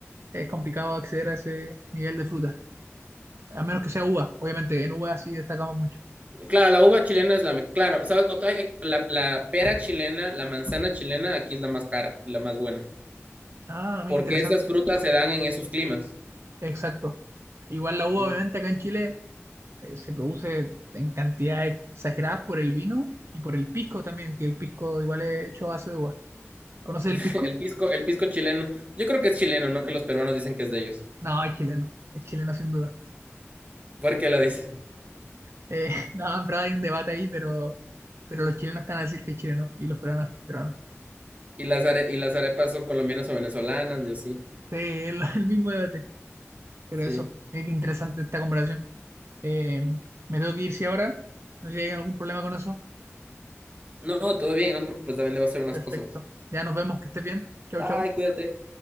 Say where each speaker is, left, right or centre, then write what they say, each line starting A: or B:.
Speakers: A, on the right (about 60°); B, on the right (about 30°).
A: Es complicado acceder a ese nivel de fruta, a menos que sea uva. Obviamente, en uva sí destacamos mucho.
B: Claro, la uva chilena es la mejor. Claro, ¿sabes? Otra- hay- La, la pera chilena, la manzana chilena, aquí es la más cara y la más buena.
A: Ah, muy
B: Porque
A: interesante.
B: esas frutas se dan en esos climas.
A: Exacto. Igual la uva,
B: Ujú.
A: obviamente, acá en Chile eh, se produce en cantidades exageradas por el vino y por el pisco también, que el pisco igual es hecho a base de uva. ¿Conoces
B: <laughs>
A: el pisco?
B: El pisco, el pisco chileno. Yo creo que es chileno, no que los peruanos dicen que es de ellos.
A: No, es chileno. Es chileno sin duda.
B: ¿Por qué lo dicen?
A: Eh, <laughs> no, en verdad hay un debate ahí, pero, pero los chilenos están a decir que es chileno y los peruanos que es peruano.
B: Y las, are- y las arepas son colombianas o venezolanas, yo sí.
A: Sí, es lo- <laughs> el mismo debate. Pero
B: Sí.
A: eso, es que interesante esta comparación. Eh, me tengo que ir si ahora. No sé si hay algún problema con eso.
B: No, todo bien, no te preocupes, también debo hacer unas
A: Perfecto.
B: cosas.
A: Ya nos vemos, que estés bien. Chau,
B: Bye,
A: chau.
B: cuídate.